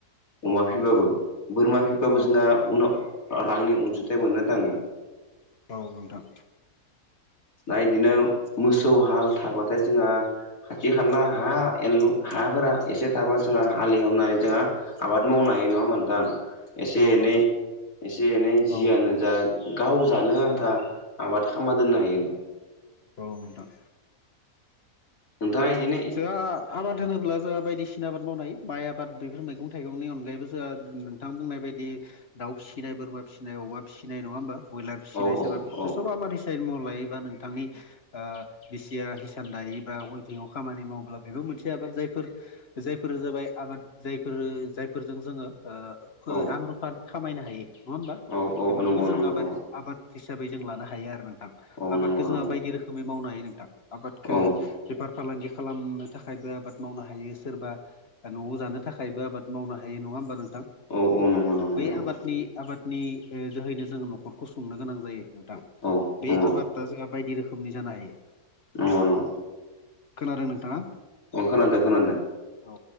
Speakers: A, on the left; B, on the left.
A: अमा
B: औ
A: फिबाबो
B: औ
A: बोरमा फिब्लााबो
B: औ
A: जोंहा उनाव रांनि अनसुंथाइ मोननो थांङो
B: औ नोंथां
A: दा इदिनो मोसौ हाल थाबाथाय जोंहा खाथि खाला हा एनलु हाफोरा एसे थाबा जोंहा हाले एवनानै जोंहा आबाद मावनो हायो नङामोन नोंथां एसे
B: औ
A: एनै
B: नोंथां
A: एसे एनै जियानो
B: औ
A: जा गाव जानो आन्था आबाद खामना दोननो हायो
B: औ नोंथां
A: नोंथाङा बिदिनो
B: जोंहा आबाद होनोब्ला जोंहा बायदिसिना आबाद मावनो हायो माइ आबाद बेफोर मैगं थाइगंनि अनगायैबो जोंहा बिथां बुंनाय बायदि दाउ फिसिनाय बोरमा फिसिनाय अमा फिसिनाय नङा होमबा ब्रयलार फिसिनाय
A: औ औ
B: सोरबा बेफोरखौ
A: औ
B: सब आबाद साइ म लायोबा नोंथांनि बिसिया हिसान दायो बा वइभिंआव खामानि मावब्ला बेबो मोनसे आबाद जायफोर जायफोर जाबाय आबाद जायफोरो जायफोरजों जोङो
A: औ
B: रां रुफानि खामायनो हायो नङा होमबा
A: औ
B: बेफोरखौबो
A: औ नंगौ
B: जों
A: नंगौ
B: आबाद
A: नंगौ
B: आबाद हिसाबै जों लानो हायो आरो नोंथां
A: औ
B: आबादखौ
A: नंगौ
B: जोंहा
A: नंगौ
B: बायदि रोखोमै मावनो हायो नोंथां आबादखौ
A: औ
B: बेफार फालांगि खालामनो थाखायबो आबाद मावनो हायो सोरबा न'आव जानो थाखायबो आबाद मावनो हायो नङा होमबा नोंथां
A: औ औ नंगौ नंगौ
B: बे
A: नंगौ
B: आबादनि आबादनि ओ जोहैनो जोङो न'खरखौ सुंनो गोनां जायो
A: औ नंगौ
B: बे आबादा जोंहा बायदि रोखोमनि जानो हायो
A: नंगौ नंगौ
B: खोनादों नोंथांङा
A: औ खोनादो खोनादो
B: औ